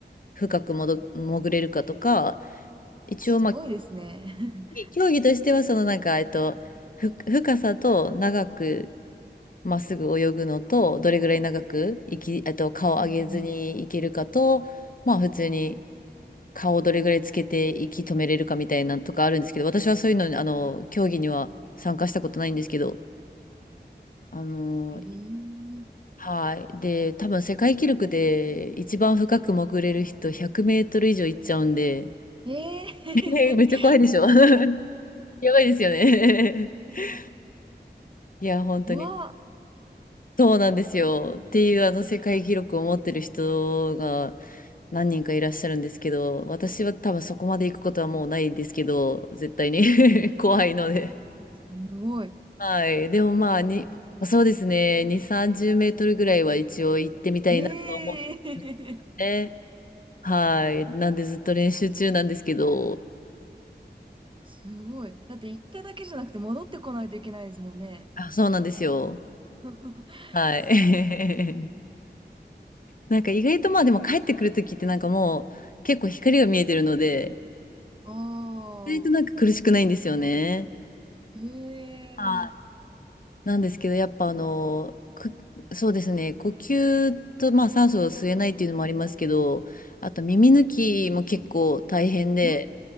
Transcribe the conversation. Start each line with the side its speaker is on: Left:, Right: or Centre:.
Left: 深くもど潜れるかとか一応、
Right: すごいですね。
Left: まあ、
Right: <laughs>
Left: 競技としては、そのなんか、えっと、ふ、深さと長くまっすぐ泳ぐのと、どれぐらい長くいき、えっと、顔上げずにいけるかと、
Right: うん
Left: まあ、普通に顔をどれぐらいつけて息止めれるかみたいなのとかあるんですけど、私はそういうのに、あの、競技には参加したことないんですけど、あの、
Right: うん、
Left: はい。で、多分世界記録で一番深く潜れる人100メートル以上行っちゃうんで、
Right: へえ。えー、
Left: <laughs>
Right: <laughs> え
Left: めっちゃ怖いでしょ <laughs> やばいですよね <laughs> いや、本当に。
Right: ー、<laughs> うわ、
Left: そうなんですよ。っていうあの世界記録を持ってる人が何人かいらっしゃるんですけど、私は多分そこまで行くことはもうないですけど、絶対に <laughs> 怖いので。
Right: すごい。
Left: はい。でもまあ、に、そうですね。2、30メートルぐらいは一応行ってみたいなと思って
Right: ええ
Left: ね。はい。なんでずっと練習中なんですけど、
Right: すごい。だって行っただけじゃなくて戻ってこないといけないですもんね。
Left: あ、そうなんですよ。
Right: <laughs>
Left: はい。
Right: す
Left: <laughs> なんか意外とまあでも帰ってくるときってなんかもう結構光が見えてるので、
Right: ああ
Left: 意外となんか苦しくないんですよね。
Right: ー、へえ。
Left: はい。なんですけど、やっぱあの、く、そうですね、呼吸と、まあ、酸素を吸えないっていうのもありますけど、あと耳抜きも結構大変で、
Right: うー